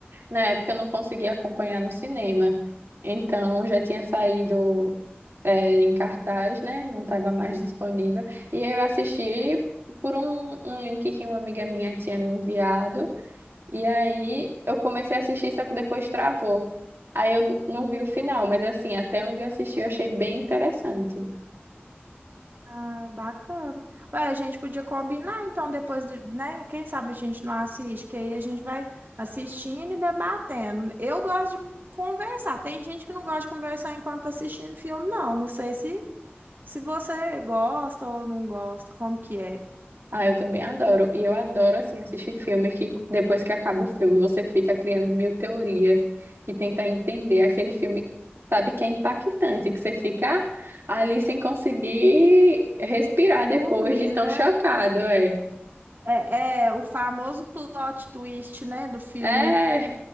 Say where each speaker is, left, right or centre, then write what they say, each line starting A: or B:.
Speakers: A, on the right; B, on the right.
A: na época eu não conseguia acompanhar no cinema. Então, já tinha saído é, em cartaz, né? Não estava mais disponível. E aí eu assisti por um, um link que uma amiga minha tinha me enviado. E aí eu comecei a assistir, só que depois travou. Aí eu não vi o final, mas assim, até onde eu assisti, eu achei bem interessante.
B: Ah, bacana. Ué, a gente podia combinar, então, depois, de, né? Quem sabe a gente não assiste, que aí a gente vai assistindo e debatendo. Eu gosto de conversar. Tem gente que não gosta de conversar enquanto tá assistindo filme, não. Não sei se, se você gosta ou não gosta, como que é.
A: Ah, eu também adoro. E eu adoro, assim, assistir filme que depois que acaba o filme, você fica criando mil teorias que tenta entender aquele filme, sabe, que é impactante, que você fica ali sem conseguir respirar depois
B: Dormir,
A: de tão
B: né?
A: chocado, é.
B: É, é o famoso plot twist, né, do filme.
A: É,